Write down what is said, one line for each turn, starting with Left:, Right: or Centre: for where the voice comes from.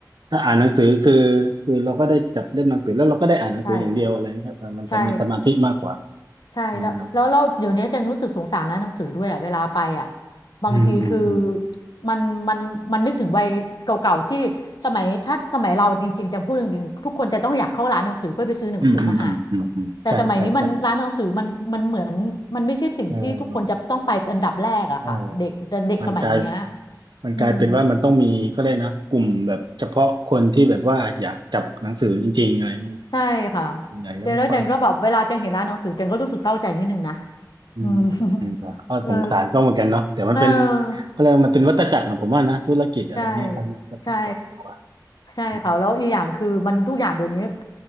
Right: ถ้าอ่านหนังสือคือคือเราก็ได้จับเล่มหนังสือแล้วเราก็ได้อ่านหนังสืออย่างเดียวอะไรเงี้ยเออมันจะมีสมาธิมากกว่า
Left: ใช่ใช่ใช่แล้วแล้วเราเดี๋ยวนี้จังรู้สึกสงสารร้านหนังสือด้วยอ่ะเวลาไปอ่ะ
Right: อืมเนาะ
Left: บางทีคือ
Right: อืมอืมอืม
Left: มันมันมันนึกถึงวัยเก่าๆที่สมัยถ้าสมัยเราจริงๆจังพูดจริงๆทุกคนจะต้องอยากเข้าร้านหนังสือเพื่อไปซื้อหนังสือมาอ่าน
Right: อืมอืมอืมอืมอืมใช่ใช่ใช่
Left: แต่สมัยนี้มันร้านหนังสือมันมันเหมือนมันไม่ใช่สิ่งที่ทุกคนจะต้องไปเป็นอันดับแรกอะค่ะเด็กแต่เด็กสมัยเนี้ย
Right: เออใช่มันกลาย มันกลายเป็นว่ามันต้องมีก็เลยกนะกลุ่มแบบเฉพาะคนที่แบบว่าอยากจับหนังสือจริงๆอะไรมั้ง
Left: อืมใช่ค่ะ
Right: ส่วนใหญ่ก็ไม่ค่อยมีนะ
Left: เจนแล้วเจนก็แบบเวลาเจนเห็นร้านหนังสือเจนก็รู้สึกเศร้าใจนิดนึงนะ
Right: อืมอืมก็สงสารก็เหมือนกันเนาะแต่มันเป็น
Left: อืม <laughs> เออเออ
Right: ก็เลยกว่ามันเป็นวัฏจักรนะผมว่านะธุรกิจอะไรเงี้ยครับมันก็ต้องปรับตัว
Left: ใช่ใช่ใช่ค่ะแล้วอีกอย่างคือมันทุกอย่างเดี๋ยวนี้
Right: อืม